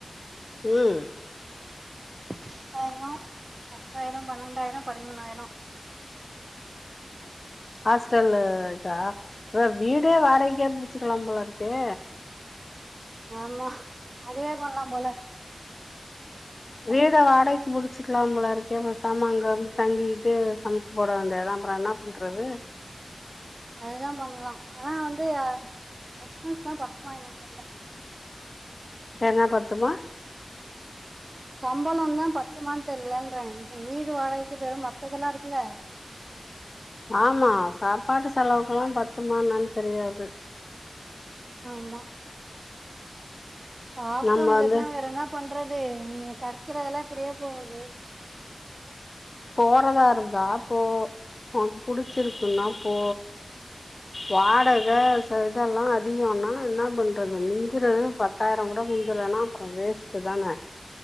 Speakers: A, on the left; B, on the right.
A: ம்
B: பத்தாயிரோ பத்தாயிரோ பன்னெண்டாயிரோ பதிமூணாயிரோ
A: ஹாஸ்டல் இதா வீடே வாடகைக்கே புடிச்சக்கலா போல இருக்கே
B: ஆமா அதுதே பண்லா போல
A: வீட வாடைக்கு புடிச்சிக்கலா போல இருக்கேப் பேசமா அங்க வந்து தங்கிட்டு சமைச்சு போட வேண்டியதுதா அப்றோ என்ன பன் ன்றது
B: அதுதா பண்ணலா ஆனா வந்து எக்ஸ்பன்ஸ் தா பத்துமா என்ன தெர்ல
A: என்ன பத்துமா
B: சம்பளோ தா பத்தும தெரியலன்ற இது வீடு வாடகைக்கு போயிரு மத்ததெல்லா இருக்குல்ல
A: ஆமா சாப்பாடு செலவுக்கெல்லா பத்துமா என்னன் தெரியாது
B: ஆமா பாப்போ
A: நம்ம
B: இல்லாட்ன்னா
A: வந்து
B: வேற என்ன பண்றது இங்க கெடைக்கிறதெல்லா இப்டியே போகுது
A: போறதா இருந்தா போ உனக்கு புடிச்சிருக்குன்னா போ வாடக இதெல்லா அதிகோனா என்ன பண்ணுறது மிஞ்சறது பத்தாயிரோ கூட மிஞ்சலன்னா அப்பறோ வேஸ்ட்டு தான